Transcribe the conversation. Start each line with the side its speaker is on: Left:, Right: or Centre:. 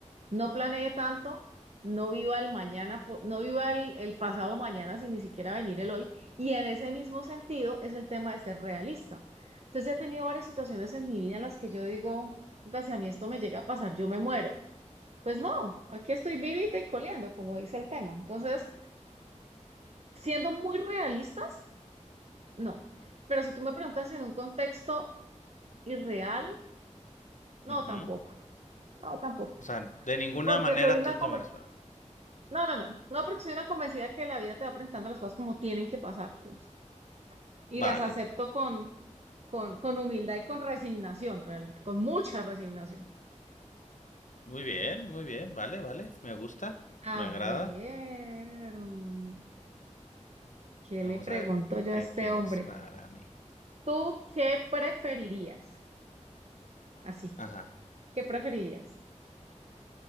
Right: No planee tanto, no viva el mañana, po- no viva el, el pasado mañana sin ni siquiera venir el hoy. Y en ese mismo sentido es el tema de ser realista. Entonces he tenido varias situaciones en mi vida en las que yo digo, "Puta, si a mí esto me llega a pasar, yo me muero. Pues no, aquí estoy vivita y coleando, como dice el tema. Entonces, siendo muy realistas, no. Pero si tú me preguntas en un contexto irreal, no,
Left: Ujú.
Right: tampoco. No, tampoco.
Left: O sea, de ninguna
Right: Porque
Left: manera
Right: soy una
Left: tú
Right: conven-
Left: te mueres por.
Right: No, no, no. No, porque soy una convencida que la vida te va presentando las cosas como tienen que pasar. punto. Y
Left: Vale.
Right: las acepto con, con, con humildad y con resignación, realmente, con mucha resignación.
Left: Muy bien, muy bien. Vale, vale. Me gusta. Me
Right: A
Left: agrada.
Right: ver, mm, ¿qué
Left: Vamos
Right: le pregunto
Left: a ver
Right: yo
Left: qué
Right: a este
Left: tienes
Right: hombre?
Left: para mí.
Right: ¿Tú qué preferirías? Así,
Left: Ajá.
Right: ¿qué preferirías?